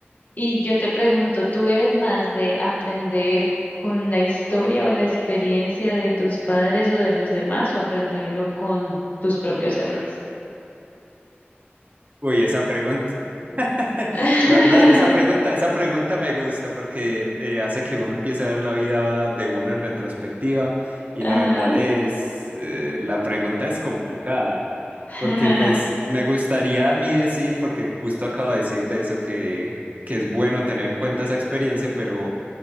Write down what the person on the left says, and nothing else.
Y yo te pregunto, ¿tú eres más de aprender con la historia o la experiencia de tus padres o de los demás o aprenderlo con tus propios errores?
<laughs>
Ajá.
<laughs>